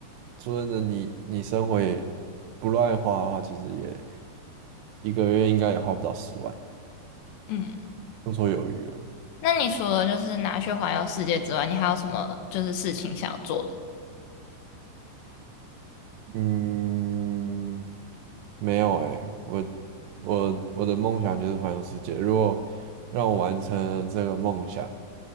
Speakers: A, on the right; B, on the left.
A: 说真的你，你生活也不乱花的话，其实也一个月应该也花不到十万，
B: 嗯，
A: 绰绰有余了。
B: 那你除了就是拿去环游世界之外，你还有什么就是事情想要做的？
A: 嗯，没有诶，我我我的梦想就是环游世界。如果让我完成了这个梦想，